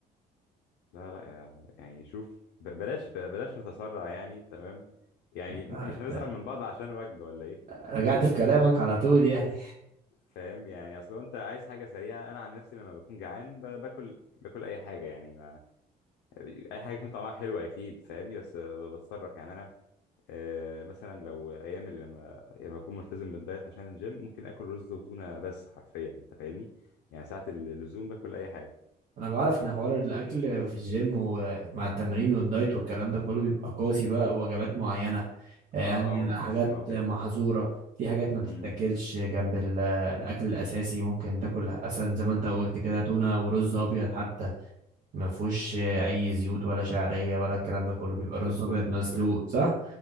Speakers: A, on the left (about 85°); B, on the right (about 50°).
A: لا لا يا- يعني شوف ب- بلاش ب- بلاش نتسرع يعني تمام يعني ممكن
B: انت-
A: مش هنزعل من بعض عشان وجبة ولا ايه
B: رجعت في كلامك على طول يعني
A: فاهم يعني اصل هو انت عايز حاجة سريعة انا عن نفسي لما بكون جعان ب- باكل باكل اي حاجة يعني ما اي حاجة يكون طعمها حلو اكيد فاهمني بس ب- بتصرف يعني انا آه، مثلا لو ايام اللي لما يعني لما اكون ملتزم بالدايت عشان الجيم ممكن اكل رز وتونة بس حرفيا انت فاهمني يعني ساعة اللزوم باكل اي حاجة
B: انا بعرف ان حوار الاكل في الجيم ومع التمرين والدايت والكلام ده كله بيبقى قاسي بقى وجبات معينه يعني
A: اه اه ومتقسمة
B: حاجات
A: وكده
B: محظوره في حاجات ما بتتاكلش
A: امم
B: جنب ال- الاكل الاساسي ممكن تاكل اصلا زي ما انت قلت كده تونه ورز ابيض حتى ما فيهوش اي زيوت ولا شعريه ولا الكلام ده كله بيبقى رز
A: بالظبط
B: ابيض مسلوق
A: بالظبط
B: صح